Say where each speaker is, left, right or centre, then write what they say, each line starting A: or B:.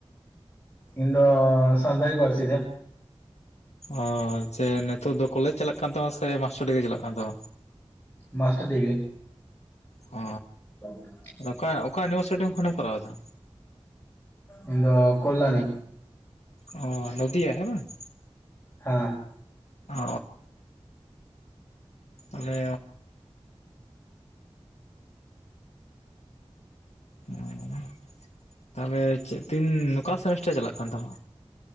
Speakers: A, on the left (about 20°); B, on the left (about 90°).
A: ᱤᱧ ᱫᱚᱻ ᱥᱟᱱᱛᱟᱨᱤ ᱯᱟᱹᱨᱥᱤ ᱛᱮ᱾
B: ᱚᱻ ᱪᱮ ᱱᱮᱛᱳᱜ ᱫᱚ ᱠᱚᱞᱮᱡ ᱪᱟᱞᱟᱜ ᱠᱟᱱ ᱛᱟᱢᱟ ᱥᱮ ᱢᱟᱥᱴᱟᱨ ᱰᱤᱜᱽᱨᱤ ᱪᱟᱞᱟᱜ ᱠᱟᱱ ᱛᱟᱢᱟ?
A: Master degree.
B: ᱚᱻ
A: ᱚ <unintelligible>
B: ᱚᱠᱟ-ᱚᱠᱟ ᱤᱭᱩᱱᱤᱵᱷᱟᱨᱥᱤᱴᱤ ᱠᱷᱚᱱᱮᱢ ᱠᱚᱨᱟᱣ ᱮᱫᱟ?
A: ᱤᱧ ᱫᱚ ᱠᱞᱞᱟᱱᱤ᱾
B: ᱚ ᱱᱚᱫᱤᱭᱟ ᱦᱮᱸ ᱵᱟᱝ?
A: ᱦᱮᱸ
B: ᱚᱻ ᱛᱟᱦᱚᱞᱮ ᱚᱸᱻ ᱛᱟᱦᱞᱮ ᱪᱮᱫ ᱛᱤᱱ, ᱱᱚᱠᱟ ᱥᱮᱢᱤᱥᱴᱟᱨ ᱪᱟᱞᱟᱜ ᱠᱟᱱ ᱛᱟᱢᱟ?